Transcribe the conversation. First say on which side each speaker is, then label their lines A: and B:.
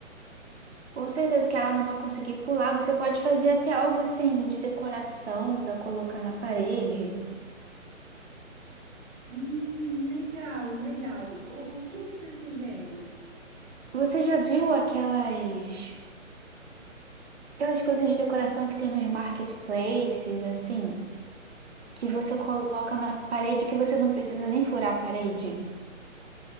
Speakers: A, on the right (about 55°); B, on the right (about 75°).
A: Com certeza que ela não vai conseguir pular. Você pode fazer até algo assim de decoração para colocar na parede.
B: Hum, legal, legal. O, o que que você sugere?
A: Você já viu aquelas Aquelas coisas de decoração que tem nos marketplaces, assim, que você coloca na parede que você não precisa nem furar a parede.